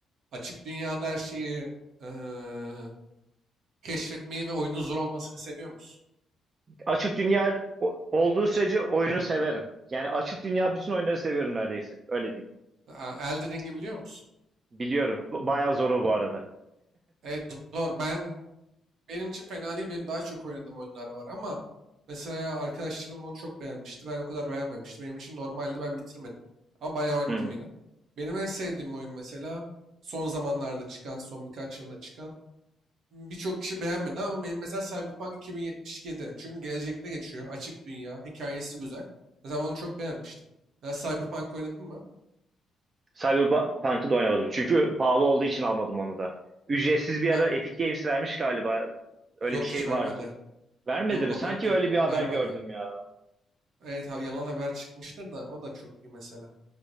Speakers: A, on the right; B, on the right.
A: Açık dünyada her şeyi eee, keşfetmeyi ve oyunun zor olmasını seviyor musun?
B: Açık dünya o- olduğu sürece oyunu severim. Yani açık dünya bütün oyunları seviyorum neredeyse. Öyle diyeyim.
A: A- Elden Ring'i biliyor musun?
B: Biliyorum. Bu- Bayağı zor o bu arada.
A: Evet zor. Ben Benim için fena değil. Benim daha çok oynadığım oyunlar var ama mesela arkadaşlarım onu çok beğenmişti. Ben o kadar beğenmemiştim. Benim için normaldi. Ben bitirmedim. Ama bayağı oynadım
B: Hmm.
A: yine. Benim en sevdiğim oyun mesela son zamanlarda çıkan, son birkaç yılda çıkan. Birçok kişi beğenmedi ama benim mesela Cyberpunk 2077. Çünkü gelecekte geçiyor. Açık dünya. Hikayesi güzel. Mesela onu çok beğenmiştim. Ya Cyberpunk oynadın mı?
B: Cyberpunk'ı da oynamadım. Çünkü pahalı olduğu için almadım onu da. Ücretsiz bir ara
A: Ha,
B: Epic Games vermiş galiba. Öyle
A: yok
B: bir şey
A: hiç vermedi.
B: vardı. Vermedi
A: Yok
B: mi?
A: onu
B: Sanki
A: ge-
B: öyle bir haber
A: vermedi.
B: gördüm ya.
A: Evet ha, yalan haber çıkmıştır da o da çok iyi mesela.